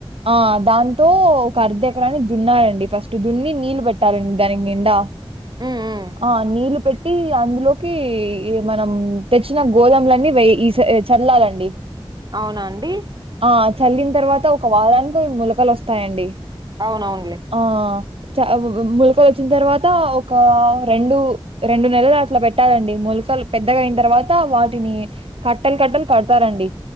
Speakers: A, on the right (about 70°); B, on the right (about 45°).
A: ఆ దాంతో ఒక అర్ధ ఎకరాని దున్నారండి ఫస్ట్ దున్ని నీళ్ళు పెట్టాలండి దానికి నిండా
B: ఉమ్ ఉమ్
A: ఆ నీళ్లు పెట్టి అందులోకి ఈ మనం తెచ్చిన గోధుమలన్నీ వె ఇస్ చల్లాలండి
B: అవునాండి
A: ఆ చల్లిన తర్వాత ఒక వారానికి ములకలు వస్తాయండి
B: అవునవునులే
A: ఆ చ ములకలు వచ్చిన తర్వాత ఒక రెండు రెండు నెలలు అట్లా పెట్టాలండి ముల్ సల్ పెద్దగా అయిన తర్వాత వాటిని కట్టలు కట్టలు కడతారండి